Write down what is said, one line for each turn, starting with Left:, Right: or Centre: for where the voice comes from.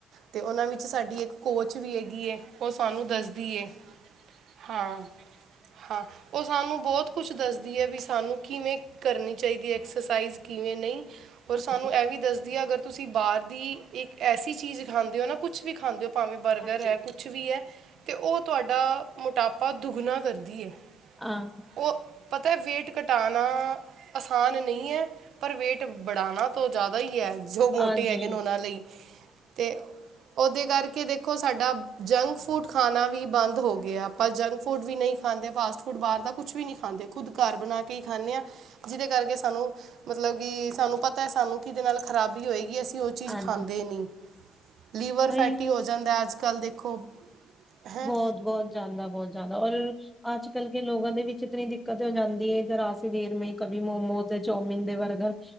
Right: ਤੇ ਓਨਾਂ ਵਿ ਸਾਡੀ ਇੱਕ ਕੋਚ ਵੀ ਹੈਗੀ ਓ ਸਾਨੂੰ ਦੱਸਦੀ ਐ, ਹਾਂ। ਹਾਂ, ਉਹ ਸਾਨੂੰ ਬਹੁਤ ਕੁਛ ਦਸਦੀ ਐ। ਵੀ ਸਾਨੂੰ ਕਿਵੇ ਕਰਨੀ ਚਾਹੀਦੀ ਐਕਸਰ ਸਾਈਜ਼, ਕਿਵੇ ਨਹੀ ਹੋਰ
Centre: ਹਾਂਜੀ
Right: ਸਾਨੂੰ ਇਹ ਵੀ ਦੱਸਦੀ ਐ, ਅਗਰ ਤੁਸੀ ਬਾਰ ਦੀ ਇਕ ਐਸੀ ਚੀਜ ਖਾਂਦੇ ਓ ਨਾ। ਕੁਛ ਵੀ ਖਾਦੇ ਓ ਭਾਵੇਂ, ਬਰਗਰ
Centre: ਹਾਂਜੀ
Right: ਹੈ। ਕੁਛ ਵੀ ਐ ਤੇ ਉਹ ਤੁਹਾਡਾ ਮੋਟਾਪਾ, ਦੁੱਗਣਾ ਕਰਦੀ ਐ।
Centre: ਆਹੋ।
Right: ਉਹ ਪਤਾ, ਵੇਟ ਘਟਾਣਾ ਆਸਾਨ ਨਹੀ ਏਂ। ਪਰ ਵੇਟ ਬੜਾਣਾ ਤੋਂ ਜਿਆਦਾ ਈ ਐ। ਜੋ ਮੋਟੇ
Centre: ਹਾਂਜੀ
Right: ਹੈਗੇ ਨੇ ਉਹਨਾ ਲਈ ਤੇ ਉਹਦੇ ਕਰਕੇ ਦੇਖੋ, ਸਾਡਾ ਜੰਕ-ਫੂਡ ਖਾਣਾ ਵੀ ਬੰਦ ਹੋ ਗਿਆ। ਆਪਾ ਜੰਕ ਫੂਡ ਵੀ ਨਹੀ ਖਾਂਦੇ। ਫਾਸਟ-ਫੂਡ ਬਾਹਰ ਦਾ ਕੁਛ ਵੀ ਨੀ ਖਾਂਦੇ। ਖੁਦ ਘਰ ਬਣਾ ਕੇ ਈ ਖ਼ਾਨੇ ਆ। ਜਿਹਦੇ ਕਰਕੇ ਸਾਨੂੰ ਮਤਲਬ ਕਿ, ਸਾਨੂੰ ਪਤਾ ਐ ਸਾਨੂੰ ਕਿ ਕਿਹਦੇ ਨਾਲ ਖ਼ਰਾਬੀ ਹੋਏਗੀ। ਅਸੀ ਉਹ- ਚੀਜ਼
Centre: ਹਾਂਜੀ
Right: ਖਾਂਦੇ ਨ੍ਹੀਂ। ਲੀਵਰ
Centre: ਉਹੀ
Right: ਫੈਟੀ ਹੋ ਜਾਂਦਾ ਅਜ ਕਲ੍ਹ ਦੇਖੋ- ਹੈ
Centre: ਬਹੁਤ-ਬਹੁਤ ਜਾਂਦਾ, ਬਹੁਤ ਜਿਆਦਾ। ਔਰ ਅੱਜ-ਕਲ੍ਹ ਕੇ ਲੋਗੋ ਦੇ ਵਿਚ ਇਤਨੀ ਦਿੱਕਤ ਹੋ ਜਾਦੀ ਏ। ਜਰਾ ਸਵੇਰ ਮੇ ਕਭੀ ਮੋਮੋ ਤੇ ਚੋਮਿਨ ਦੇ ਬਰਗਰ